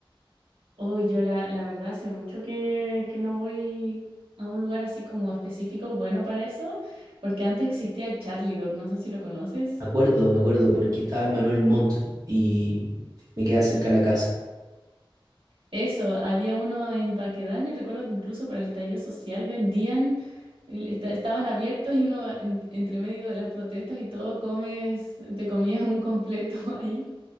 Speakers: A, on the right; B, on the right.
A: Uy, yo la, la verdad hace mucho que, que no voy a un lugar así como específico bueno para eso, porque antes existía el Charlie Dog, no sé si lo conoces.
B: Me acuerdo, me acuerdo, porque estaba en Manuel Montt y me quedaba cerca de la casa.
A: Eso, había uno en Paquedano y recuerdo que incluso para el estallido social vendían, el- esta- estaban abiertos y uno en- entre medio de las protestas y todo comes, te comías un completo <laughs> ahí